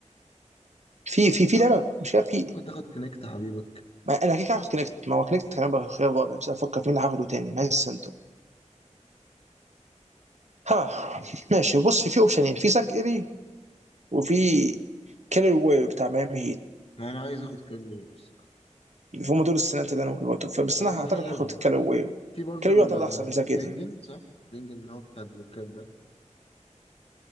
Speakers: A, on the right; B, on the left.
A: في في في
B: تاخد-
A: لعبه مش كده في
B: ممكن تاخد كونكت حبيبك
A: ما انا كده كده هاخد كونكت ما هو كونكت كان هيبقى خيار رابع بس افكر في مين هاخده تاني نايس سنتر ها ماشي بص في في اوبشنين في ساك الي وفي كيلر وير بتاع ميامي هيت
B: انا عايز اخد كالير الصراحه
A: هم دول السنات اللي انا ممكن أقعد- بس
B: هم
A: انا اعتقد
B: مفيش غيرهم
A: هاخد كيلر وير
B: في برضو
A: كيلر
B: الكلينجن
A: وير اعتقد احسن من ساك الي
B: صح كلينجن اللي هو بتاع البلوكات ده